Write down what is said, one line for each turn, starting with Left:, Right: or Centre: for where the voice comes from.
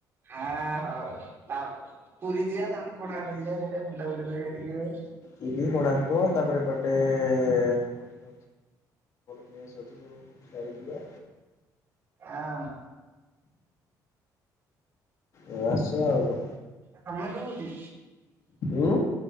Right: ହଁ ହଉ ତା ପୁରୀ ଯିିବା ତାପରେ କୋଣାର୍କ ଯିବା ସିଆଡେ ବୁଲା ବୁଲି କରିବା। ଟିକେ ହଁ।
Left: ପୁରୀ କୋଣାର୍କ ତାପରେ ଏପଟେ ଆମର ପ୍ଲେସ ଅଛି ଯୋଉ <inaudible> ଯିବା।
Right: ଆଂ।
Left: ଏ ଆସ ଆଉ କ
Right: ତମେ ଏବେ କୋଉଠି
Left: ଉଁ।